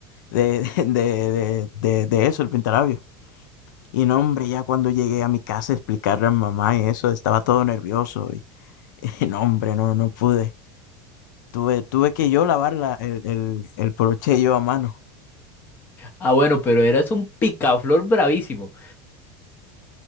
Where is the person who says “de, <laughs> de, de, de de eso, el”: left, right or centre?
Left